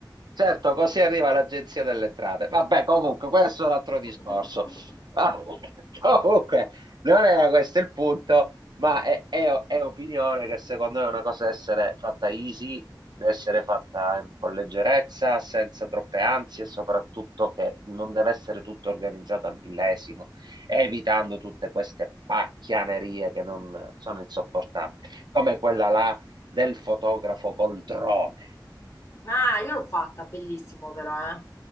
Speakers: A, on the right; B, on the left.
A: Certo, così arriva l'Agenzia delle Entrate. Vabbè, comunque, questo
B: <laughs>
A: è un altro discorso. Ah, <laughs> Comunque, non era questo il punto, ma è, è- è opinione che secondo me è una cosa da essere fatta easy, da essere fatta in- con leggerezza, senza troppe ansie e soprattutto che non deve essere tutto organizzato al millesimo, evitando tutte queste pacchianerie che non sono insopportabili, come quella là del fotografo col drone.
B: Ah, io l'ho fatta, bellissimo però, eh.